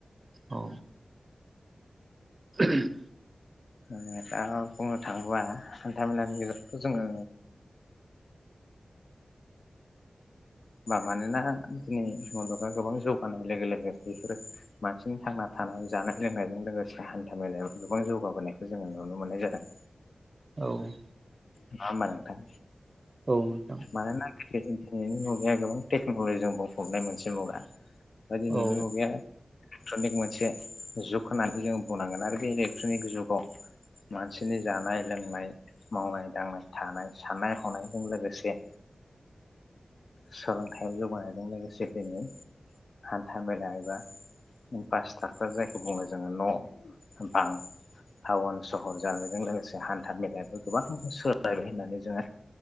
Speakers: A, on the right; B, on the left.
A: औ <unintelligible>
B: ओ दा बुंनो थाङोब्ला हान्था मेलानि गेजेरावथ' जोङो मानोना दिनै मुलुगा गोबां जौगानाय लोगो लोगो बेफोरो मानसिनि थांना थानाय जानाय लोंनायजों लोगोसे हान्था मेलायाव गोबां जौगाबोनायखौ जोङो नुनो मोननाय जादों
A: औ
B: नङा होम्बा नोंथां
A: औ नोंथां
B: मानोना दिनैनि मुगाया गोबां टेक्न'लजिजों बुंफबनाय मोनसे मुगा बा दिनैनि
A: औ
B: मुगाया इलेक्ट्रनिक मोनसे जुग होननानै जों बुंनांगोन आरो बे इलेक्ट्रनिक जुगाव मानसिनि जानाय लोंनाय मावनाय दांनाय थानाय साननाय हनायजों लोगोसे सोलोंथाइयाव जौगानायजों लोगोसे दिनै हान्था मेला एबा इनफ्र्ट्राकचार जायखौ बुङो जोङो न' बां टाउन सहर जानायजों लोगोसे हान्था मेलायाबो गोबां सोलायबाय होननानै जोङो